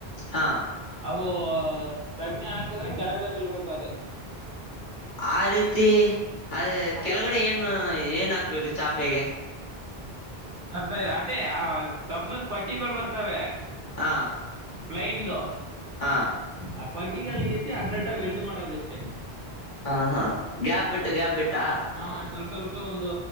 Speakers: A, on the left; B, on the right.
A: ಹಾ
B: ಅವು ಸಗ್ಣಿ ಹಾಕದ್ರೆ ಕೆಳ್ಗಡೆ ಬಲ್ಬೇಕ್. ದೆ
A: ಆ ರೀತಿ ಅದ್
B: ಅದಕ್ಕೆ
A: ಕೆಳಗಡೆ ಏನು ಏನ್ ಹಾಕ್ಬೇಕು ಚಾಪೆಗೆ.
B: ಅರ್ಥೈ ಅದೇ ಆ ಕಬ್ಣದ ಪಟ್ಟಿಗಳ್ ಬರ್ತವೆ.
A: ಹಾ
B: ಪ್ಲೈನ್ದು
A: ಹಾ
B: ಆ ಪಟ್ಟಿಗೆಲ್ಲಿ ನೀಸಿ ಅಡ್ಡ ಅಡ್ಡ ವೆಲ್ಡ್ ಮಾಡೋದಷ್ಟೆ
A: ಹ ಹಾ ಗ್ಯಾಪ್ ಇಟ್ಟ ಕ್ಯಾಪ ಇಟ್ಟಾ
B: ಹಾಂ ಸ್ವಲ್ಪ ಸ್ವಲ್ಪ ಒಂದು